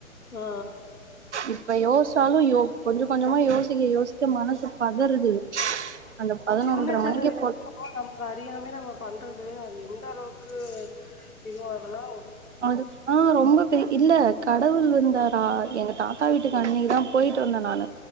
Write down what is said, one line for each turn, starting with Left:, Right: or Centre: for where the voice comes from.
Left: ஆ
Right: இப்ப யோசிச்சாலு யோ கொஞ்ச கொஞ்சமா யோசிக்க யோசிக்க மனசு பதறுது அந்த பதினொன்ற
Left: சின்ன சின்ன
Right: மணிக்கு
Left: விஷயங்கள்லா
Right: போட்ட
Left: நம் அது அறியாமே நம்ம பண்றது அது எந்த அளவுக்கு இது ஆதுனா
Right: அது ஆ ரொம்ப இல்ல கடவுள் வந்தாரா எங்க தாத்தா வீட்டுக்கு அன்னைக்குதா போயிட்டு வந்தே நானு